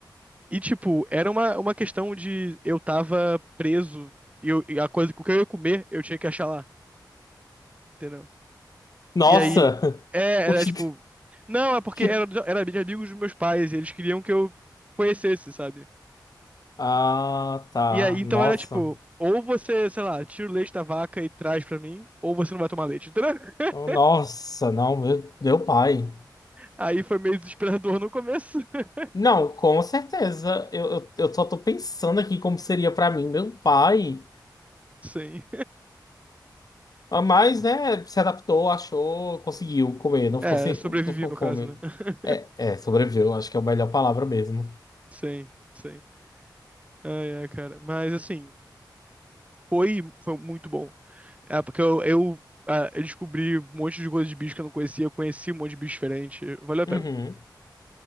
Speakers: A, on the right; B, on the left.
A: E, tipo, era uma, uma questão de eu tava preso e, eu- e a coisa, o que eu ia comer, eu tinha que achar lá, entendeu?
B: Nossa!
A: E aí,
B: <laughs>
A: é,
B: O
A: era
B: que,
A: tipo. Não, é porque
B: que-
A: era, era de amigos dos meus pais, e eles queriam que eu conhecesse, sabe?
B: Ah, tá.
A: E aí, então
B: Nossa.
A: era tipo, ou você, sei lá, tira o leite da vaca e traz pra mim, ou você não vai tomar leite, entendeu? <laughs>
B: Nossa, não, meu, meu pai.
A: Aí foi meio desesperador no começo. <laughs>
B: Não, com certeza. Eu, eu, eu só tô pensando aqui como seria pra mim, meu pai.
A: Sim.
B: Ah, Mas, né, se adaptou, achou, conseguiu comer, não
A: É,
B: ficou sem,
A: sobrevivi
B: não ficou
A: no
B: com
A: caso,
B: fome.
A: né? <laughs>
B: É, é, sobreviveu, acho que é a melhor palavra mesmo.
A: Sim, sim. Ai, ai, cara. Mas assim, foi, foi muito bom. É, porque eu, eu, ah, eu descobri um monte de coisa de bicho que eu não conhecia, eu conheci um monte de bicho diferente. Valeu a
B: Uhum.
A: pena.